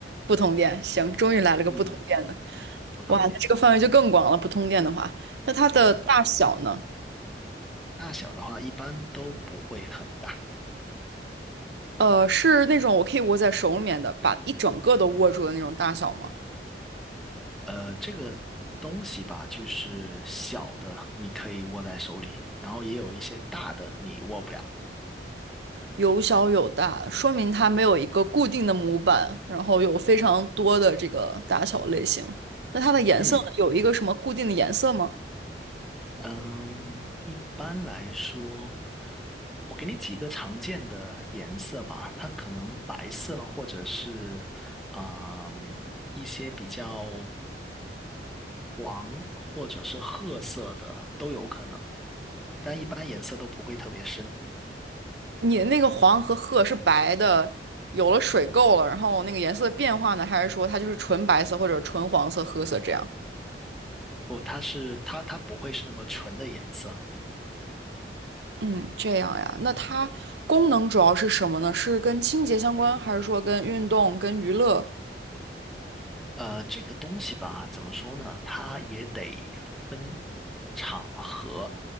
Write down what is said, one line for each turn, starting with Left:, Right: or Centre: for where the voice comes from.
Right: 不通电。行，终于来了个不通电的。
Centre: 嗯，不同点，
Right: 哇，那这个范围就更广了。不通电的话，那它的大小呢？
Centre: 是的。大小的话一般都不会很大。
Right: 呃，是那种我可以握在手里面的，把一整个都握住的那种大小吗？
Centre: 呃，这个东西吧，就是小的你可以握在手里，然后也有一些大的你握不了。
Right: 有小有大，说明它没有一个固定的模板，然后有非常多的这个大小类型。那它的颜色呢，
Centre: 嗯，
Right: 有一个什么固定的颜色吗？
Centre: 嗯，一般来说，我给你几个常见的颜色吧，它可能白色或者是嗯一些比较黄或者是褐色的都有可能，但一般颜色都不会特别深，
Right: 你那个黄和褐是白的，有了水垢了，然后那个颜色变化呢，还是说它就是纯白色或者纯黄色、褐色这样？
Centre: 不，它是它它不会是那么纯的颜色，
Right: 嗯，这样呀。那它功能主要是什么呢？是跟清洁相关，还是说跟运动、跟娱乐
Centre: 呃，这个东西吧，怎么说呢？它也得分场合，